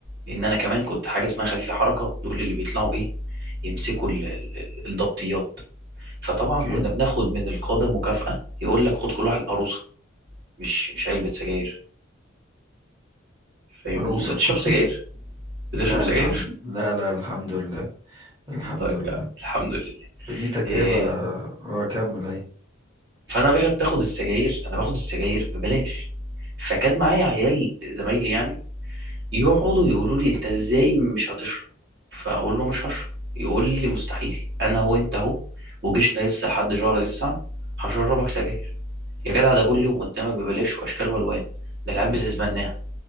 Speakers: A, on the right; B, on the right.
A: لان انا كمان كنت حاجه اسمها خفيفه حركه دول اللي بيطلعوا ايه يمسكوا ال- ال- ال- الضبطيات فطبعا
B: اوكي
A: كنا بناخد من القاده مكافاه يقول لك خد كل واحد قروصه مش مش علبه سجاير فاهمني
B: عروسة
A: انت بتشرب
B: <laughs>
A: سجاير بتشرب
B: لا
A: سجاير
B: الحمد لا لا الحمد لله الحمد
A: طيب
B: لله
A: يا عم الحمد لله
B: ودي تجربة
A: إيه
B: اه كمل اهي
A: فانا يا باشا بتاخد السجاير انا باخد السجاير ببلاش فكان معايا عيال زمايلي يعني يقعدوا يقولوا لي انت ازاي مش هتشرب فاقول له مش هشرب يقول لي مستحيل انا هو انت اهو وجيشنا لسه لحد شهر تسعة هشربك سجاير يا جدع ده كل يوم قدامك ببلاش واشكال والوان ده العيال بتتمناها